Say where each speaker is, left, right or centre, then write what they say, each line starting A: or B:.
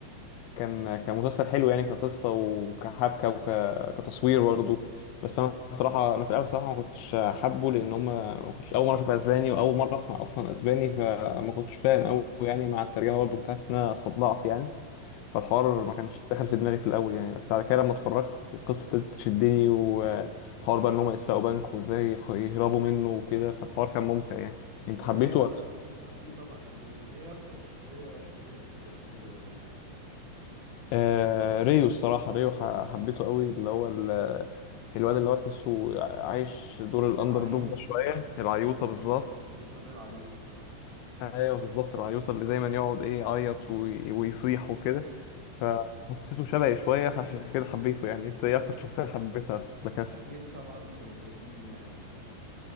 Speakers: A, on the left; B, on the right.
A: كان كان مسلسل حلو يعني كقصة وكحبكة وكتصوير برضه بس أنا الصراحة أنا في الأول الصراحة ما كنتش حابه لأن هما ما كنتش أول مرة أشوف أسباني وأول مرة أسمع أصلا أسباني فما كنتش فاهم أوي يعني مع الترجمة برضه كنت حاسس إن أنا صدعت يعني فالحوار ما كانش داخل في دماغي في الاول يعني بس بعد كده لما اتفرجت القصه ابتدت تشدني وحوار بقى ان هم يسرقوا بنك وازاي يخ- يهربوا منه وكده فالحوار كان ممتع يعني انت
B: طب
A: حبيته
B: هي
A: ولا
B: اكيد طبعا حبيته ايه اكتر شخصية شدتك في لا كاسا دي بابيل
A: آه ريو الصراحه ريو ح- حبيته قوي اللي هو ال- الواد اللي هو تحسه عايش دور الاندر
B: العيوط
A: دوج ده شويه العيوطه
B: انا
A: بالظبط
B: انا كنت مسميه العيوط الصراحة
A: ايوه بالظبط العيوطه اللي دايما
B: <laughs>
A: يقعد ايه يعيط وي- ويصيح وكده فحسيته شبهي شويه فعشان كده حبيته يعني انت ايه اكتر شخصيه حبيتها في لا كاسا؟
B: اكيد طبعا برلين يعني ف